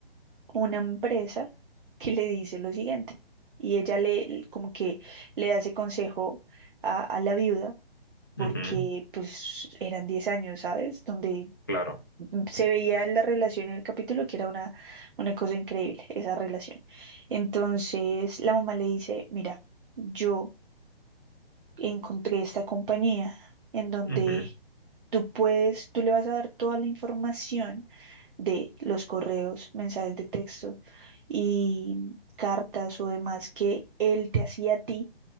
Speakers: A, on the right; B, on the left.
A: una empresa que le dice lo siguiente y ella le como que le da ese consejo a, a la viuda porque
B: ujú,
A: pues eran 10 años, ¿sabes? Donde
B: claro,
A: se veía la relación en el capítulo que era una, una cosa increíble, esa relación. Entonces la mamá le dice, mira, yo encontré esta compañía en donde
B: ujú.
A: tú puedes, tú le vas a dar toda la información de los correos, mensajes de texto y cartas o demás que él te hacía a ti.